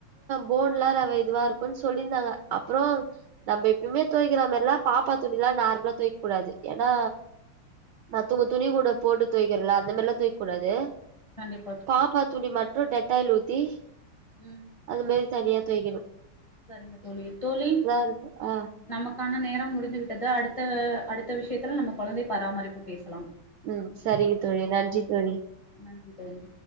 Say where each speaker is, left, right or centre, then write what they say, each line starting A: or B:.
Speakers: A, on the right; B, on the left.
A: போன்ல ரவ இதுவாருக்குன் சொல்லிந்தாங்க அப்புற நம்ம எப்பியுமே தொவைக்கிற மெர்லா பாப்பா துணிலா நார்மலா தொய்க் கூடாது ஏனா நா தூங்க துணி கூட போட்டு தொய்க்கறல அந்த மேர்லா தொய்க் கூடாது
B: கண்டிப்
A: பாப்பா துணி மட்டு டெட்டாய்ல் ஊத்தி
B: உம்
A: அது மாரி தனியா தொய்க்கனு
B: சரிங்கத் தோழி தோழி
A: இருக்கு ஆ
B: நமக்கான நேரம் முடிந்து விட்டது அடுத்த அடுத்த விஷ்யத்துல நம்ம கொழந்தை பராமரிப்பு பேசலாம்
A: உம் சரிங்க தோழி நன்றி தோழி
B: நன்றி தோழி